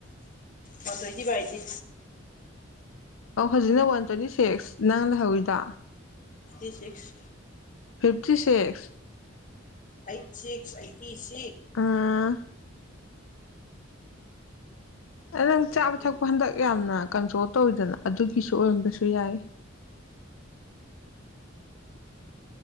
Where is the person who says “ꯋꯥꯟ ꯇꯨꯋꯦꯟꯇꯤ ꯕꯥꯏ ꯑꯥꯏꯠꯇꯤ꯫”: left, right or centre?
Left